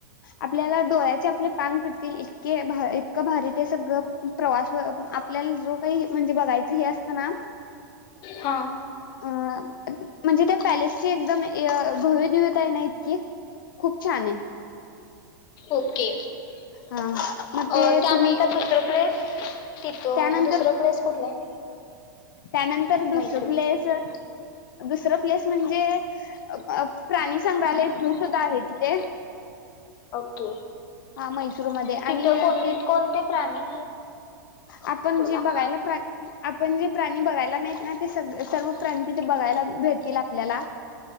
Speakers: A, on the left; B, on the left.
A: आपल्याला डोळ्याचे आपले पांग फिटतील इ के भा इतकं भारी ते सगळं प्रवास आपल्याला जो काही म्हणजे बघायचं हे असत ना
B: हा
A: अ म्हणजे त्या पॅलेस एकदम भव्य दिव्यता हाय ना इतकी खूप छान आहे.
B: ओके अ
A: हा मग ते
B: त्यानंतर
A: तुम्ही
B: दुसर प्लेस तिथं
A: त्यानंतर
B: दुसरं प्लेस कुठलं आहे?
A: त्यानंतर दुसरं
B: म्हैसूरमध्ये
A: प्लेस दुसरं प्लेस म्हणजे प्राणी संग्रहालय झू सुद्धा आहे तिथे.
B: ओके
A: मैसूरमध्ये
B: तिथं
A: आणि
B: कोण
A: ते
B: कोणते प्राणी
A: आपण
B: बोला
A: जे बघायला प्राणी आप पण जे प्राणी बघायला नाहीत ना ते सग सर्व प्राणी तिथे बघायला भेटतील आपल्याला.